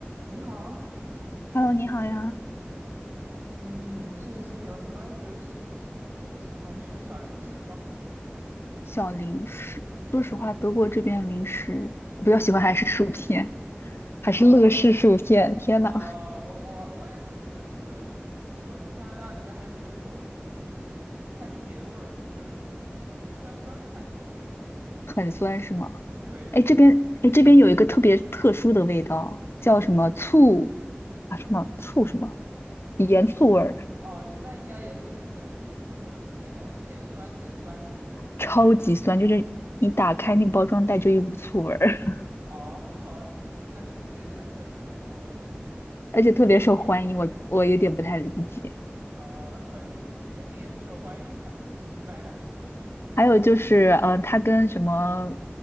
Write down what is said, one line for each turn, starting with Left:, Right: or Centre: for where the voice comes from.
Right: 你好，
Left: Hello，你好呀，
Right: 嗯，最近有什么，比如喜喜特别喜欢吃的小零食吗？
Left: 小零食。说实话，德国这边零食我比较喜欢还是薯片，还是乐事薯片。
Right: 啊、
Left: 天呐，
Right: 啊、我我我也挺喜欢吃乐事的，就我们加拿大这边还有那种，嗯，番茄味儿，就是酸酸的番茄味儿那种。
Left: <laughs> 很酸是吗？
Right: 对，
Left: 哎，这边哎这边有一个特别特殊的味道，叫什么醋
Right: 是什么呢？
Left: 啊？什么醋什么盐醋味儿，
Right: 就是哦、那应该也是很特殊的，就是那种咸咸酸咸酸的嘛。
Left: 超级酸，就是你打开那个包装袋就一股醋味儿，
Right: 哦，<laughs> 那确实也是很特殊的口味儿了。
Left: <laughs> 而且特别受欢迎。我我有点不太理解。
Right: 啊，<laughs> 一肯定也是受欢迎才能继续卖下去嘛。
Left: 还有就是，呃，它跟什么